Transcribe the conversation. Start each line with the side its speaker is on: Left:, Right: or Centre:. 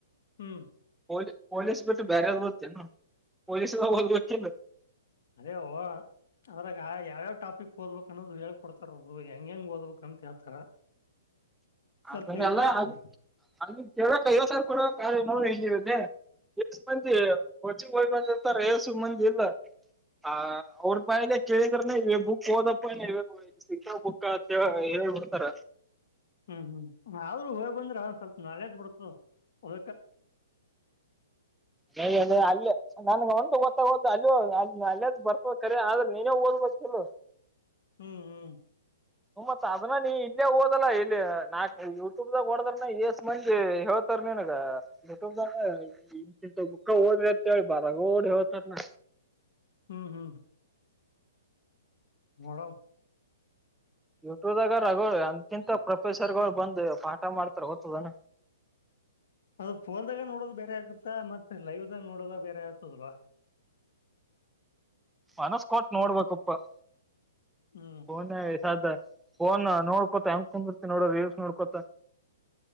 Left: ಹ್ಮ್
Centre: ಪೋಲಿ ಪೊಲೀಸ್ ಬಿಟ್ಟ ಬೇರೆದ ಓತ್ತಿನ ಪೊಲೀಸ್ಗ ಓದ ಬೇಕಿಲ.
Left: ಅದೇ ಓ ಅದ್ರಾಗ ಯಾವ್ಯಾವ ಟಾಪಿಕ್ ಓದ್ಬೇಕ ಅನ್ನೋದ ಹೇಳ ಕೊಡ್ತಾರ ಅವರು ಹೆಂಗ ಹೆಂಗ್ ಓದಬೇಕ ಅಂತ ಹೇಳ್ತಾರ. ಸ್ವಲ್ಪ
Centre: ಅದನ್ನೆಲ್ಲ
Left: ಇದ ಆತ್ಲಾ
Centre: ಅಲ್ಲಿ ಕೇಳಕ್ ಐವತ್ತ ಸಾವರ ಕೊಡಬೇಕ <unintelligible> ಎಸ ಮಂದಿ ಕೋಚಿಂಗ್ ಹೋಗಿ ಬಂದಿರ್ತಾರ ಏಸ ಮಂದಿ ಇಲ್ಲ. ಹಾ ಅವ್ರ ಬಯಲ ಕೇಳಿದ್ರ ಬುಕ್ ಓದಪ್ಪ ಸಿಕ್ಕಾ ಪುಕ್ಕ ಅ ಏಳ್ಬಿಡ್ತಾರ
Left: ಹ್ಮ ಹ್ಮ ಅರು ಹೋಗಿ ಬಂದ್ರ ಅವ ಸ್ವಲ್ಪ ನಾಲೇಜ್ ಬಿಡತ ಅದ್ಕ
Centre: ಲೆ ಅಲ್ಲೇ ನನಗ ಒಂದ ಗೊತ್ತ ಆಗವತ ಅಲ್ಲಿ ಅಲ್ಲದ ಬರ್ತದ ಕರಿ ಆದ್ರೆ ನೀನೇ ಓದ್ಬೇಕ ಇಲ
Left: ಹ್ಮ ಹ್ಮ
Centre: ಹ್ಮ ಮತ್ ಅದನ್ನ ನೀ ಇಲ್ಲೇ ಓದಲ್ಲ ಇಲ್ಲಿ ನಾ ಯೂಟ್ಯೂಬ್ಗ ಹೊಡದ್ರನ ಎಷ ಮಂದಿ ಹತಾರ ನನ್ಗ ಯಟ್ಯಬದನ ಇಂತ ಬುಕ್ಕ ಓದ್ರಿ ಅಂತೇಳಿ ರಗಡ ಹೇಳ್ತಾರನ
Left: ಹ್ಮ ಹ್ಮ ಮಡ
Centre: ಯೂಟ್ಯೂಬ್ಗಾರ ಎಂತಿಂತ ಪ್ರೊಫೆಸರ್ ಗಳ ಬಂದ ಪಾಠ ಮಾಡ್ತಾರ ಗೊತ್ತದನ.
Left: ಅದ ಫೋನ್ದಾಗ ನೋಡೋದು ಬೇರೆ ಆಗತ್ತಾ ಮತ್ತ ಲೈವದಾಗ ನೋಡದ ಬೇರೆ ಆಗ್ತದಲ್ವಾ.
Centre: ಮನಸ್ಕಟ ನೋಡ್ಬೇಕಪ್ಪ
Left: ಹ್ಮ
Centre: ಮಾನ ಸದ್ದ ಫೋನ್ ನೋಡ್ಕೋತ ಹೆಂಗ ಕುಂದರ್ತಿ ನೋಡ ರೀಲ್ಸ್ ನೋಡ್ಕೊತ